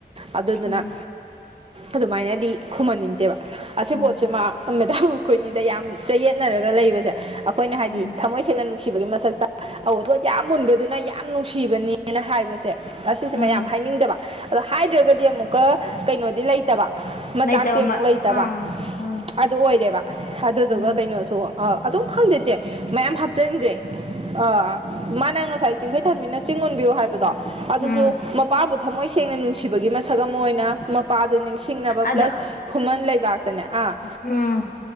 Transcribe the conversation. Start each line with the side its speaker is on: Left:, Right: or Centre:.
Right: ꯑꯗꯨꯗꯨꯅ
Left: ꯎꯝ
Right: ꯑꯗꯨꯃꯥꯏꯅꯗꯤ ꯈꯨꯝꯍꯟꯅꯤꯡꯗꯦꯕ ꯑꯁꯤ
Left: ꯎꯝ
Right: ꯄꯣꯠꯁꯤꯃ ꯃꯦꯗꯥꯝ ꯑꯩꯈꯣꯏꯅꯤꯗ ꯌꯥꯝ ꯆꯌꯦꯠ ꯅꯔꯒ ꯂꯩꯕꯁꯦ ꯑꯩꯈꯣꯏꯅ ꯍꯥꯏꯗꯤ
Left: ꯎꯝ
Right: ꯊꯝꯃꯣꯏ ꯁꯦꯡꯅ ꯅꯨꯡꯁꯤꯕꯒꯤ ꯃꯁꯛꯇ ꯑꯎꯟꯄꯣꯠ ꯌꯥꯝ ꯎꯟꯕꯗꯨꯅ ꯌꯥꯝ ꯅꯨꯡꯁꯤꯕꯅꯦꯅ ꯍꯥꯏꯕꯁꯦ ꯑꯁꯤꯁꯦ
Left: ꯎꯝ
Right: ꯃꯌꯥꯝ ꯍꯥꯏꯅꯤꯡꯗꯕ ꯑ ꯍꯥꯏꯗ꯭ꯔꯒꯗꯤ ꯑꯃꯨꯛꯀ ꯀꯩꯅꯣꯗꯤ ꯂꯩꯇꯕ ꯃꯆꯥꯛꯇꯤ
Left: ꯂꯩꯇꯕ
Right: ꯑꯃꯨꯛ
Left: ꯃ
Right: ꯂꯩꯇꯕ
Left: ꯎꯝ ꯎꯝ
Right: ꯑꯗꯨ ꯑꯣꯏꯔꯦꯕ ꯑꯗꯨꯗꯨꯒ
Left: ꯎꯝ
Right: ꯁꯨ ꯑ ꯑꯗꯨꯝ ꯈꯪꯗꯦ ꯆꯦ ꯃꯌꯥꯝ ꯍꯥꯞꯆꯟꯈ꯭ꯔꯦ ꯑ ꯃꯥꯅ ꯉꯁꯥꯢ ꯆꯤꯡꯈꯩꯊꯟꯕꯤꯅ ꯆꯤꯡ ꯎꯟꯕꯤꯌꯨ ꯍꯥꯏꯕꯗꯣ ꯑꯗꯨꯁꯨ
Left: ꯎꯝ
Right: ꯃꯄꯥꯕꯨ ꯊꯝꯃꯣꯏ ꯁꯦꯡꯅ ꯅꯨꯡꯁꯤ ꯊꯤꯕꯒꯤ ꯃꯁꯛ ꯑꯃ ꯑꯣꯏꯅ ꯄꯥꯗꯨ ꯅꯤꯡꯁꯤꯡꯅꯕ ꯄ꯭ꯂꯁ
Left: ꯑꯗꯣ
Right: ꯈꯨꯃꯟ ꯂꯩꯕꯥꯛꯇꯅꯦ ꯑꯥ
Left: ꯎꯝ